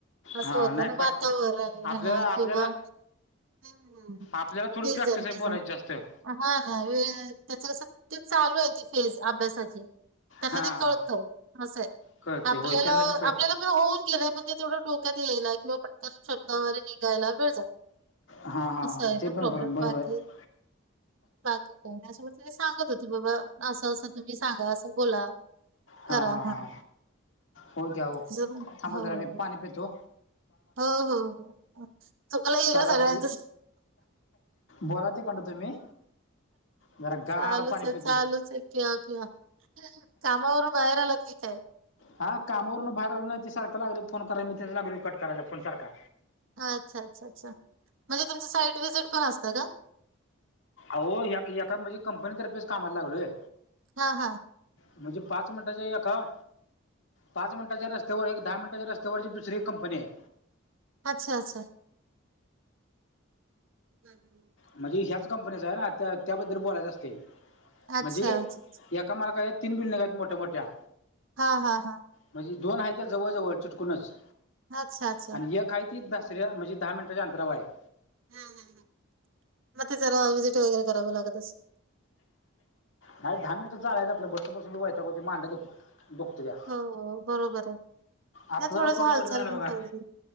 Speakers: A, on the right; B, on the left.
A: अस
B: हां
A: होत
B: नाही
A: ना
B: पाठ
A: वातावरण
B: पाठ
A: म्हणा
B: आपल्याला आपल्याला
A: किंवा हम्म हम्,
B: आपल्याला थोडी
A: तेज
B: प्रॅक्टिस
A: तेज.
B: आहे बोलायची जास्त हां
A: <unintelligible> हान वेळ त्याच सत्य चालु आहे ती फेज अभ्यासाची त्यांना
B: हां
A: ते कळत अस आहे
B: कळते
A: आपल्याला
B: होय त्यांना बी कळते.
A: आपल्याला होऊन गेलेय पण तेवढ डोक्यात यायला किंवा पटकन शब्दावारे निघायला वेळ जातो
B: हा हा
A: अस
B: हा
A: आहे
B: ते
A: ना
B: पण
A: प्रॉब्लेम
B: बरो बरोबर
A: बाकी
B: आहे
A: बाकी काही नाही सांगत होती बाबा अस तुम्ही सांगा अस बोला
B: हा
A: करा
B: हा
A: म्हणून.
B: हा हो काय हो
A: तिचं पण
B: थांब
A: हो,
B: जरा मी
A: हो.
B: पाणी पीतो
A: हो हो हो चुकाला गेल
B: चालू
A: सगळ्यांच
B: असू बोला तिकडन तुम्ही जरा गार
A: चालुच
B: पाणी
A: आहे
B: पितो
A: चालुच आहे पिया पिया कामावरून बाहेर आलात की काय
B: हां कामावरून बाहीर आलो नाही ते सारख लागलय फोन कराय मी त्याच लागलोय कट करायला फोन सारखा
A: अच्छा अच्छा अच्छा म्हणजे तुमच साईट व्हीजीट पण असत का
B: अहो ह्या एका म्हणजे कंपनीतर्फेच कामाला लागलोय
A: हा हां
B: म्हणजे पाच मिनिटांच्या एका पाच मिनिटाच्या रस्त्यावर एक दहा मिनटाच्या रस्त्यावर दुसरी एक कंपनी आहे
A: अच्छा अच्छा हम्म्म
B: म्हणजे ह्याच कंपनीचा आहे ना त्या त्याबद्दल बोलायचं असते
A: अच्छा,
B: म्हणजे
A: अच्छा.
B: - एका मालकाच्या तीन बिल्डिंग आहेत मोठ्या मोठ्या
A: हा हा हा.
B: म्हणजे दोन आहेत त्या जवळजवळ चीटकूनच,
A: अच्छा, अच्छा.
B: आणि एक आहेऽ ती दसऱ्या म्हणजे दहा मिनटाच्या अंतरावर आहे.
A: हां हां हां म जरा विजिट वगैरे करावं लागत असेल.
B: नाही दहा मिनिटं चालायच आपलं, बसून बसून मी वैतागतय मांड्या दुकत्यात. दुखत्या
A: हो हो, बरोबर आहे,
B: आता
A: थोडसं
B: जरा तोंड
A: हालचाल
B: बोललं झालं
A: पण
B: बघा
A: पाहिजे.